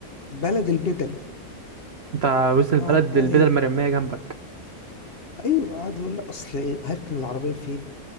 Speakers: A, on the left; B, on the right.
A: بلد البدل
B: انت وسط البلد
A: قعد بقى
B: البدل
A: ايه
B: المرميه جنبك
A: ايوه قعد يقول لي اصل هركن العربيه فين